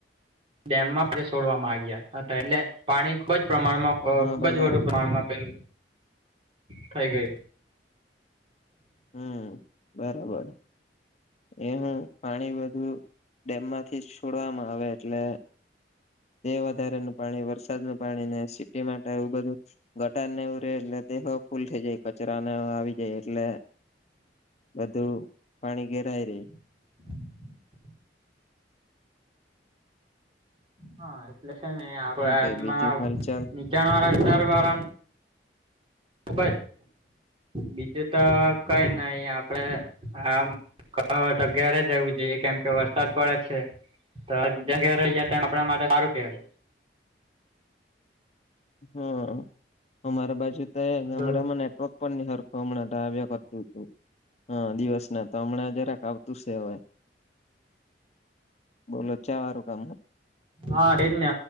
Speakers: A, on the right; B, on the left.
A: ડેમ પણ છોડવા લાગ્યા એટલે પાણી ખૂબ જ પ્રમાણમાં અ
B: હા
A: ખુબ
B: પેલા
A: જ વધુ પ્રમાણમાં પેલું થઈ ગયુ
B: હમ બરાબર એ હું પાણી બધું ડેમમાંથી છોડવામાં આવે એટલે એ વધારે નું પાણી વરસાદનું પાણી ને સિટી માટે આવું બધુ ગટાર ને ઉરે એટલે દેહો ફૂલ થઈ જાય કચરાને આવી જાય એટલે બધું પાણી ઘેરાય રે
A: <inaudible> હા એટલે છેને આપણામા
B: શું કઈ બીજું
A: અચ
B: હાલચાલ
A: વાા દરવાા ખબ બીજું તો કઈ નહી આપડે આમ કહાવત અગિય્યારે જ રહેવું જોઈએ કેમ કે વરસાદ પડે છે. તો ઘ રહી તેમ આપણા માટે સારું કેવાય
B: હા અમારા બાજુ તો
A: હલો
B: ગામડામાં નેટવર્ક હરખમણા દાવ્ય કરત હતુ. હા દિવસ ના તો હમણાં જરાક આવતું છે, હવે બોલો છે વારું કામ
A: હા રેજઞ